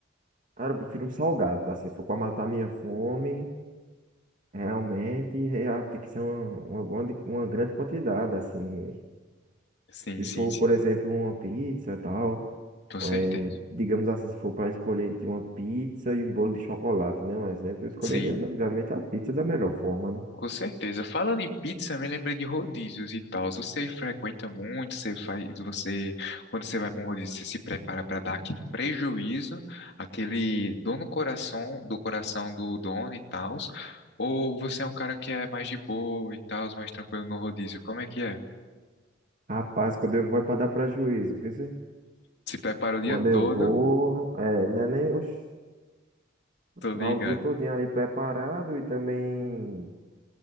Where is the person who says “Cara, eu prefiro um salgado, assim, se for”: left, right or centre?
Right